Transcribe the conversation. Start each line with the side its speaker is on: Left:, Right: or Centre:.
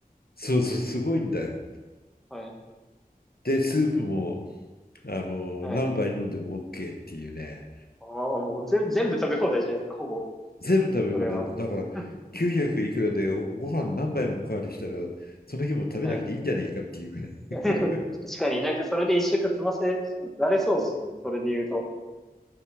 Left: そうそう、すごいんだよ。
Centre: はい。
Left: で、スープもあの何杯飲んでも
Centre: はい。
Left: OK っていうね。
Centre: ああ、もう全部、全部食べ放題じゃないですか、ほぼ。
Left: 全部食べ物だ。
Centre: それは。
Left: だから900いくらでご飯何杯もおかわりしたら、
Centre: <laughs>
Left: その日も食べなくていいんじゃないかっていうぐらい。
Centre: はい。<laughs> 確
Left: <laughs>
Centre: かになんかそれで一食済ませられそうですね。それで言うと。